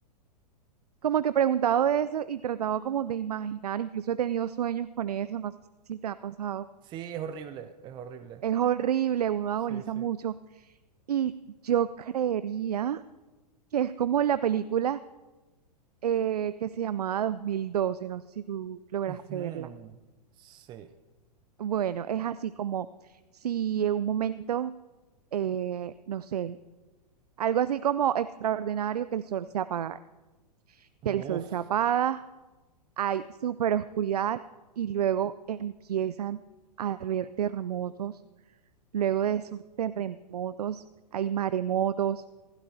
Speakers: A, on the right; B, on the right.
A: como que preguntado de eso y tratado como de imaginar, incluso he tenido sueños con eso, no sé si te ha pasado.
B: Sí, es horrible, es horrible.
A: Es horrible, uno
B: Sí,
A: agoniza
B: sí.
A: mucho. Y yo creería que es como la película eh, que se llamaba 2012. no sé si tú lograste
B: Ujú,
A: verla.
B: Sí.
A: Bueno, es así como si en un momento, eh, no sé. Algo así como extraordinario que el sol se apaga,
B: Uf.
A: que el sol se apaga, hay súper oscuridad y luego empiezan a haber terremotos. Luego de esos terremotos hay maremotos.